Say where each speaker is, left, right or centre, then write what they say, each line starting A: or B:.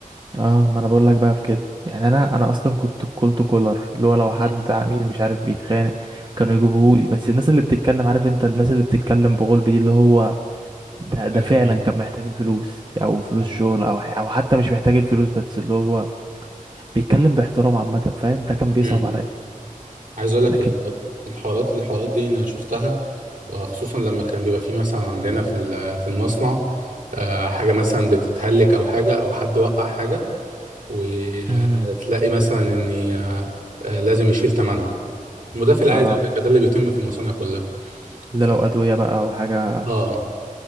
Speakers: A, on the right (about 35°); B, on the right (about 70°).
A: اه ما انا بقول لك بقى في كده يعني انا انا اصلا كنت الكولد كولر اللي هو لو
B: مم.
A: حد عميل مش عارف بيتخانق كانوا يجيبوهولي بس الناس اللي بتتكلم عارف انت الناس اللي بتتكلم بغلب دي اللي هو ده, ده
B: ايوه
A: فعلا
B: فاهم
A: كان محتاج الفلوس او فلوس
B: فاهم
A: شغل او ح- او حتى مش محتاج الفلوس بس اللي هو بيتكلم باحترام عامه فاهم ده كان بيصعب
B: امم
A: عليا
B: عايز اقول لك
A: لكن
B: الحوار- الحوارات الحوارات دي انا شفتها آه، خصوصا لما كان بيبقى في مثلا عندنا في ال- في المصنع آه، حاجه مثلا بتتهلك او حاجه او حد وقع حاجه وتلاقي
A: امم
B: مثلا ان آه، آه، لازم يشيل ثمنها وده في العادي
A: اه
B: على فكرة، ده اللي بيتم في المصانع كلها
A: الا
B: ف
A: لو ادويه بقى او حاجه
B: اه